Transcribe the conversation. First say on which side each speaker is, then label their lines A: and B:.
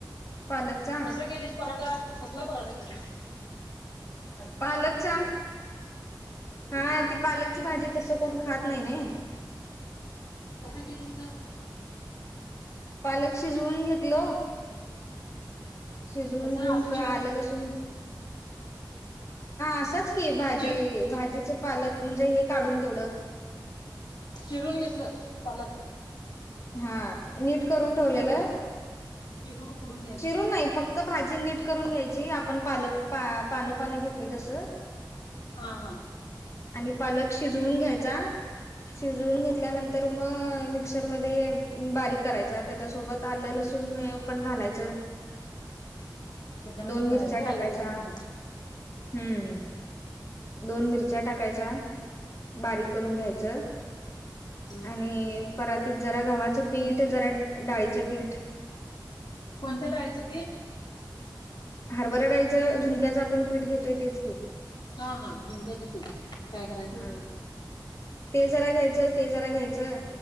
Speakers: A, on the left; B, on the left.
A: पालकचा
B: कसा केलीस पराठा? कसला पराठा केलीस?
A: पालकचा
B: हम्म
A: हा ती
B: कसा
A: पालकची
B: केलीस?
A: भाजी तस कोण खात नाही नाही
B: तसेे केलीस ना
A: पालक शिजवून घेतल शिजवून
B: कसं
A: घेऊन
B: असं
A: प आलंल असून असंच की भाजी
B: चि
A: भाजीच पालक म्हणजे हे काढून तेवढं
B: चिरून घेतलं पालक
A: हा नीट करून ठेवलेलं
B: चिरून चिरून उडून
A: चिरून नाही फक्त भाजी नीट करून घ्यायची आपण पालक पानं पानं घेतोय तसं
B: हा हा
A: आणि पालक शिजवून
B: आणि
A: घ्यायचा शिजून घेतल्यानंतर मग मिक्सरमध्येध्ये बारीक करायचा त्याच्या सोबत आलंल असून पण घालायचं
B: त्याच्यामध्येच
A: दोन
B: घालायचं
A: मिरच्या
B: व्हय
A: टाकायच्या
B: आलं लसूण तेन
A: हम्म. दोन मिरच्या टाकायच्या,
B: हम्म
A: बारीक
B: हम्म
A: करून
B: हम्म
A: घ्यायच
B: हम्म
A: आणि की परातीत जरा गव्हाचं पीठ, जरा डाळीचं पीठ
B: कोणत्या डाळीच पीठ?
A: हरभरा डाळीच, झुणक्याचं आपण पीठ घेतोय तेच की.
B: हा हा. झुणक्याचं पीठ काय करायचं?
A: हा ते जरा घ्यायचं, ते जरा घ्यायचं,